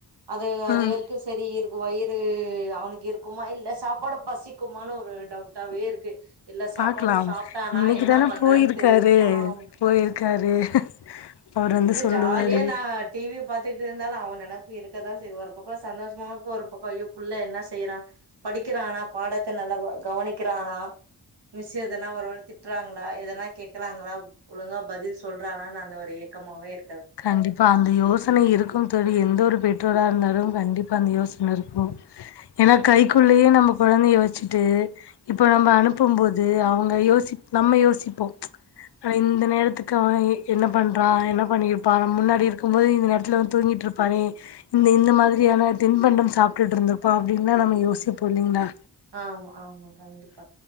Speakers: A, on the right (about 75°); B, on the left (about 75°).
A: அது அது
B: ம்
A: வரைக்கு செரி இருக்கு வயிறு அவனுக்கு இருக்குமா இல்ல சாப்பாடு பசிக்குமான்னு ஒரு டவுட்டாவே இருக்கு இல்ல சாப்பாடு
B: பாக்லாம்
A: சாப்ட்டானா
B: இன்னிக்குதான
A: என்ன பண்ணான்னு
B: போயிருக்காரு
A: தெரியு ஆ
B: போயிருக்காரு அவர் வந்து
A: இது
B: சொல்லுவாரு
A: ஜாலிய நா டி வி பாத்துட்டு இருந்தாலு அவ நெனப்பு இருக்கதா செய்து ஒரு பக்கோ சந்தோஷமாவு இருக்கு ஒரு பக்கோ ஐயோ புள்ள என்ன செய்யறா படிக்கறானா பாடத்த நல்ல க கவனிக்கறானா மிஸ்ஸு எதனா ஒரு வேல திட்டறாங்களா எதனா கேக்கறாங்களா ஒழுங்கா பதில் சொல்றானான் அந்த ஒரு ஏக்கமாவே இ
B: கண்டிப்பா யோசனை இருக்கு தோழி எந்த ஒரு பெற்றோரா இருந்தாலு கண்டிப்பா அந்த யோசன இருக்கு எனா கைக்குள்ளயே நம்ம கொழந்தைய வச்சுட்டு இப்போ நம்ப அனுப்பும்போது அவங்க யோசி நம்ம யோசிப்போ அனா இந்த நேரத்துக்கு அவ என்ன பண்றா என்ன பண்ணி ப்பா நம் முன்னாடி இருக்கும்போது இந்த நேரத்துல வந்து தூங்கிட்ருப்பானே இந்த இந்த மாதிரியான தின்பண்டம் சாப்ட்டுட்ருந்துருப்பா அப்டின்லா நம்ம யோசிப்போ இல்லிங்ளா
A: ஆமா ஆமா கண்டிப்பா